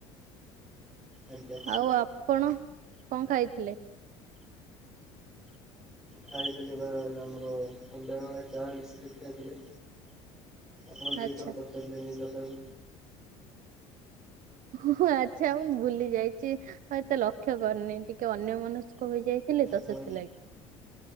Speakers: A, in the centre; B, on the right.
A: ଆଜ୍ଞା।
B: ଆଉ ଆପଣ କଣ ଖାଇଥିଲେ?
A: ଖାଇଥିଲି ପା ଯୋଉ ଆମର <inaudible> ବିସ୍କିଟ ଖାଇଥିଲି। ଆପଣ ଦିଥର
B: ଆଚ୍ଛା
A: ପଚାରିଲେଣି ତଥାପି
B: ହ ଆଚ୍ଛା ମୁଁ ଭୁଲି ଯାଇଛି। ହଁ ଏତେ ଲକ୍ଷ୍ୟ କରନି ଟିକେ ଅନ୍ୟ ମନସ୍କ ହୋଇଯାଇଥିଲି ତ
A: ହଉ
B: ସେଥିଲାଗି।